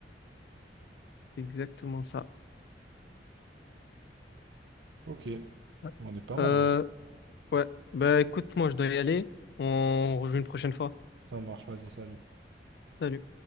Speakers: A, on the left; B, on the right.
A: Exactement ça.
B: Ok,
A: Ouais.
B: on est pas mal
A: Euh,
B: là.
A: ouais. Ben écoute, moi, je dois y aller. On rejoue une prochaine fois.
B: Ça marche, vas-y, salut.
A: Salut.